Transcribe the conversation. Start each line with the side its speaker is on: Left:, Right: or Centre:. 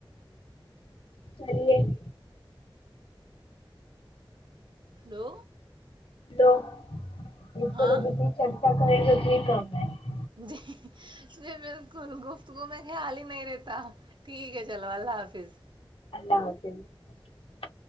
Left: چلے <unintelligible>
Right: ہلو
Left: دو <unintelligible> اس
Right: ہاں
Left: پ جتنی چرچا کریں گے <unintelligible> ک کر <unintelligible>
Right: جی یہ بالکل گفتگو میں خیال ہی نہیں رہتا ٹھیک ہے چلو اللہ حافظ
Left: اللہ حافظ <unintelligible>